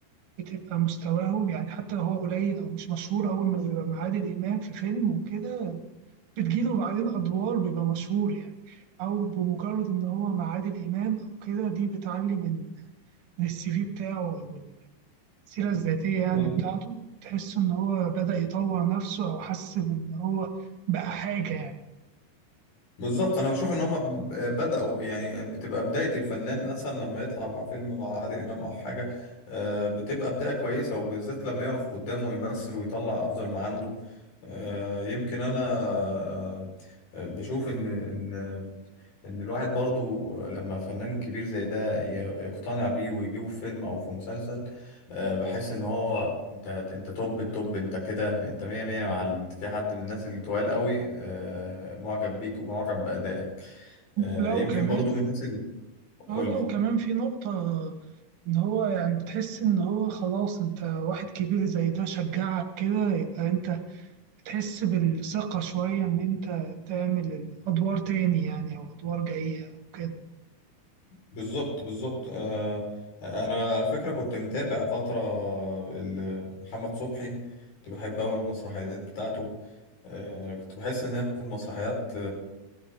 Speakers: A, on the right; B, on the left.
A: بتبقى مستواهم يعني حتى لو هو قليل أو مش مشهور أول ما بيبقى مع عادل إمام في فيلم وكده بتجيله بعدين أدوار بيبقى مشهور يعني أو بمجرد إن هو مع عادل إمام أو كده دي بتعلي من من السي في بتاعه أو السيرة الذاتية يعني
B: بال-
A: بتاعته تحس إن هو بدأ يطور نفسه أو حس إن هو بقى حاجة يعني
B: بالظبط انا بشوف ان هم ب- بدأوا يعني بتبقى بداية الفنان مثلا لما يطلع مع فيلم مع عادل امام او حاجة آه، بتبقى بداية كويسة وبالذات لما يقف قدامه ويمثل ويطلع افضل ما عنده آه، يمكن انا آه، بشوف ان ان ان الواحد برضو لما فنان كبير زي ده ي- يقتنع بيه ويجيبه في فيلم او في مسلسل آه، بحس ان هو انت انت توب التوب انت كده انت مية مية يا معلم انت في حد من الناس اللي طوال قوي آه، معجب بيك ومعجب بأدائك آه،
A: لو
B: يمكن
A: كمان
B: برضو من الناس اللي قول
A: آه، لو كمان في نقطة إن هو يعني بتحس إن هو خلاص أنت واحد كبير زي ده شجعك كده يبقى أنت بتحس بالثقة شوية إن أنت تعمل أدوار تاني يعني أو أدوار جاية أو كده
B: بالظبط بالظبط آه، انا على فكرة كنت متابع فترة ال- محمد صبحي كنت بحب أوي المسرحيات بتاعته آه، كنت بحس إن أنا في المسرحيات